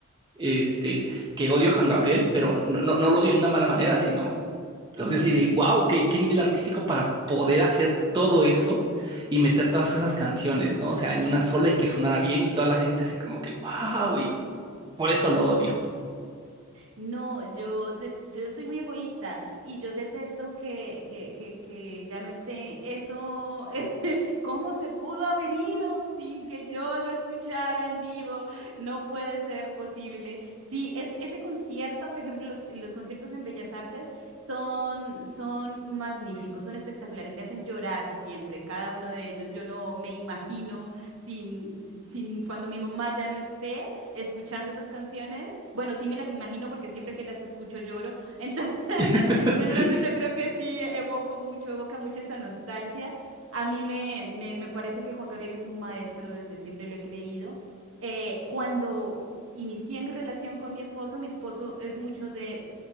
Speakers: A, on the right; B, on the right.
A: este, que odio a Juan Gabriel, pero no, no, no lo odio en una mala manera, sino lo odio así de, wow, qué, qué nivel artístico para poder hacer todo eso y meter todas esas canciones, ¿no? O sea, en una sola y que sonara bien y toda la gente así como que, wow, y por eso lo odio.
B: No, yo, de- yo soy muy egoísta y yo detesto que, que, que, que ya no esté. Eso es, <laughs> ¿cómo se pudo haber ido sin que yo lo escuchara en vivo? No puede ser posible. Sí, es, ese concierto, por ejemplo, los, los conciertos en Bellas Artes son, son magníficos, son espectaculares, me hacen llorar siempre, cada uno de ellos. Yo no me imagino sin, sin cuando mi mamá ya no esté escuchando esas canciones. Bueno, sí me las imagino porque siempre que las escucho lloro. Entonces, <laughs>
A: <laughs>
B: entonces yo creo que sí evoco mucho, evoca mucho esa nostalgia. A mí me, me, me parece que Juan Gabriel es un maestro, desde siempre lo he creído. Eh, cuando inicié mi relación con mi esposo, mi esposo es mucho de